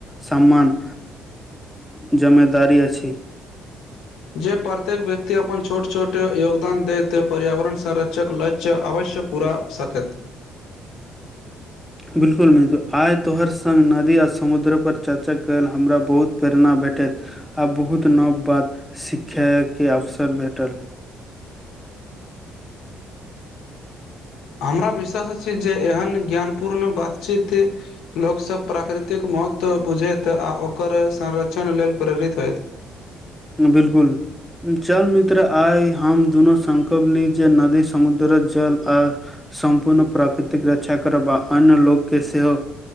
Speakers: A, in the centre; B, on the left.
A: सम्मान जमेदारी अछि। <inaudible>
B: जे प्रत्येक व्यक्ति अपन छोट छोट योगदान देैत पर्यावरण संरक्षक लक्ष्य आवश्य पूरा सकत
A: बिल्कुल मित्र आइ तोहर संग नदी आ समुद्र पर चर्चा कयल हमरा बहुत प्रेरणा भेटैत आ बहुत नव बात शिखयके अवसर भेटल
B: हमरा विश्वास अछि जे एहन ज्ञानपूर्ण बातचीत लोकसभ प्राकृतिक महत्व बुझैत आ ओकर संरक्षण लेल प्रेरित होयत
A: बिल्कुल चल मित्र आइ हम दुनू संकल्प ली जे नदी समुद्र जल आ सम्पूर्ण प्राकृतिक रक्षा करबा अन्य लोकके सेहो